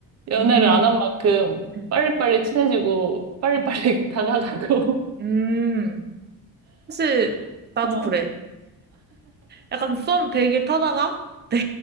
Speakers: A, on the right; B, on the right.
A: 연애를
B: 음,
A: 안 한 만큼
B: 음,
A: 빨리빨리 친해지고 빨리빨리
B: 음.
A: <laughs> 다가가고.
B: 음. 사실,
A: <laughs>
B: 나도
A: 어,
B: 그래. 약간 썸 100일 타다가 <laughs> 내,